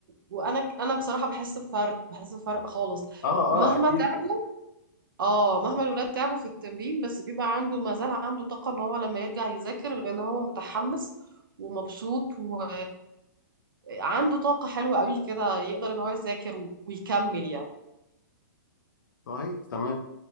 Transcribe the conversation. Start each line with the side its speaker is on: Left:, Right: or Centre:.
Right: وأنا أنا بصراحة بحس بفرق بحس بفرق خالص
Left: اه
Right: مهما
Left: اه اكيد
Right: تعبوا اه مهما الولاد تعبوا في التمرين بس بيبقى عنده ما زال عنده طاقة ان هو لما يرجع يذاكر لان هو متحمس ومبسوط و... عنده طاقة حلوة قوي كده يقدر ان هو يذاكر ويكمل يعني
Left: صحيح تمام